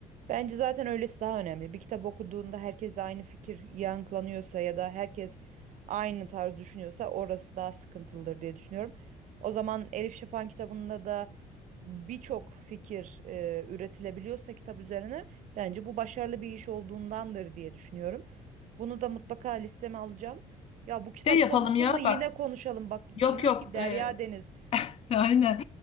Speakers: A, on the right; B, on the left.
A: Bence zaten öylesi daha önemli. Bir kitap okuduğunda herkes aynı fikir yankılanıyorsa ya da herkes aynı tarz düşünüyorsa orası daha sıkıntılıdır diye düşünüyorum. O zaman Elif Şafak'ın kitabında da birçok fikir e, üretilebiliyorsa kitap üzerine bence bu başarılı bir iş olduğundandır diye düşünüyorum. Bunu da mutlaka listeme alacağım. Ya bu kitap
B: Şey yapalım
A: konusunu
B: ya
A: yine
B: bak.
A: konuşalım. Bak
B: Yok
A: inan
B: yok.
A: ki Derya
B: Ee,
A: Deniz
B: <laughs> aynen.